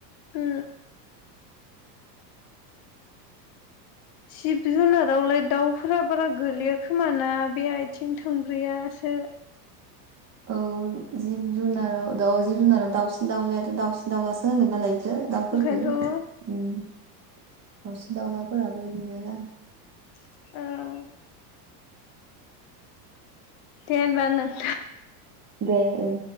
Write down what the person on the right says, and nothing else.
औ जिब जुनाराव द जिब जुनाराव दाउसिन दाउलाथ' दाउसिन दाउलासो होनोगोन नालाय। दाउफोरफोरखौ
दाउसिन दाउलाफोराबो बिदिनो
दे उम।